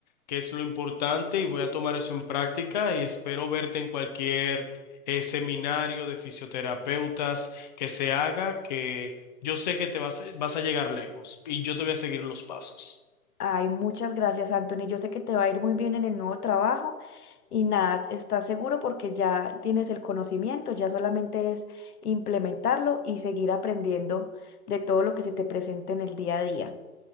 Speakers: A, on the left (about 30°); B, on the left (about 80°).
A: que es lo importante, y voy a tomar eso en práctica y espero verte en cualquier eh, seminario de fisioterapeutas que se haga, que yo sé que te vas, vas a llegar lejos y yo te voy a seguir los pasos.
B: Ay, muchas gracias, Anthony. Yo sé que te va a ir muy bien en el nuevo trabajo y nada, estás seguro porque ya tienes el conocimiento, ya solamente es implementarlo y seguir aprendiendo de todo lo que se te presente en el día a día.